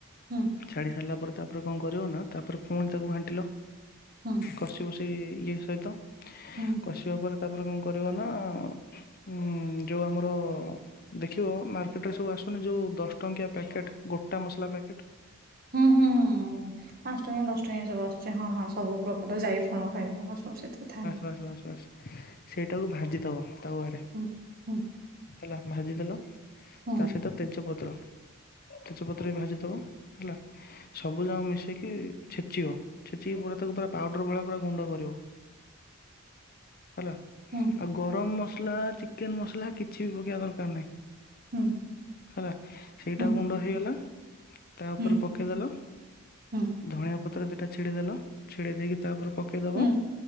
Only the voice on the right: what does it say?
ହୁଁ!
ହୁଁ
ହୁଁ।
ହୁଁ ହୁଁ ପାଂସ ଟଙ୍କିଆ ଦଶ ଟଙ୍କିଆ ସବୁ ଆସୁଛି ହଁ ହଁ ସବୁ ପ୍ର ଟ ଯାଇ ଫଳ ଖାଇବୁ ବା ସ ସେଥିରେ ଥା
ହୁଁ ହୁଁ
ହୁଁ
ହୁଁ!
ହୁଁ!
ହୁଁ
ହୁଁ
ହୁଁ ହୁଁ।
ହୁଁ